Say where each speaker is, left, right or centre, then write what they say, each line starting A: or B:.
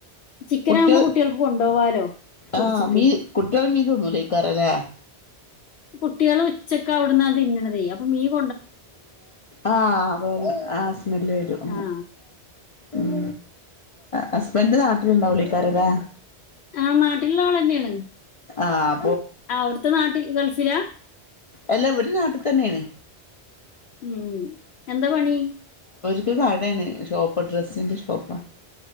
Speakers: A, on the left; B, on the left.
A: ചിക്കനാകുമ്പോ
B: കുട്ടികൾ
A: കുട്ടികൾക്ക് കൊണ്ടുപോവാലോ പൊരിച്ചിട്ട്
B: ആ മീൻ കുട്ടികൾ മീൻ കഴിക്കാറില്ലേ
A: കുട്ടികള് ഉച്ചക്ക് അവ്ട്ന്നാ തിന്ന്ണതേ അപ്പൊ മീം
B: ആ അതവര് ആ സ്മെല്ല് വരും.
A: ആ
B: ഉം ഹസ്ബൻറ് നാട്ടിലുണ്ടാവുലൈക്കാരല്ലാ
A: ആ നാട്ടിലുള്ള ആളെന്നേണ്.
B: ആ
A: ആ അവിടുത്തെ നാട്ടിൽ ഗൾഫിലാ
B: അല്ല ഇവിടെ നാട്ടി തന്നേണ്.
A: ഉം എന്താ പണി
B: ഒരു കടേണ് ഷോപ്പ് ഡ്രസ്സിന്റെ ഷോപ്പാ